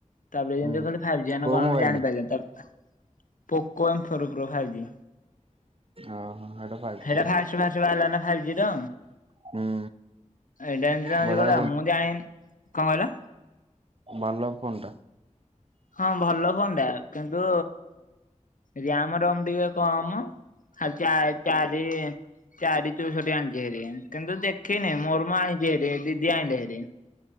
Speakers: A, on the left; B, on the right.
A: ତାପରେ ଯେମତି
B: ହୁଁ
A: କହିଲେ ଫାଇଭ୍ ଜି ଆଣିନେ
B: କୋଉ
A: କଣ
B: ମୋବାଇଲ
A: ଯାଣିପାଇଲିନି ତାପରେ Poco M four four pro five G
B: ଓହୋ ହେଟା ଫାଇଭ୍
A: ସେଟା
B: ଜି ଟା
A: ଫାଷ୍ଟ ଫାଷ୍ଟ ବାହାରିଲ ନା ଇଟା
B: ହୁଁ
A: ଏଇଟା ଏମତିଆ ହେଇଗଲା
B: ବଢିଆ
A: ମୁଁ ଜାଣିନି କଣ ହେଲା?
B: ବଲ୍ଲଭପଣ୍ଡା।
A: ହଁ ଭଲ ହୁଅନ୍ତା କିନ୍ତୁ? ରିଆମ ରମ୍ ଟିକେ କଅ ମ। ଖାଲି ଚାଏ ଚାଏ ଇଏ ଚାରି ଚଉଷଠି ଆଣି ହରେ <inaudible> କିନ୍ତୁ ଦେଖିନି ମୋର ମୁଁ ଆଣି କିଏରେ ଦିଦି ଆଇଲେଁ ହେରି।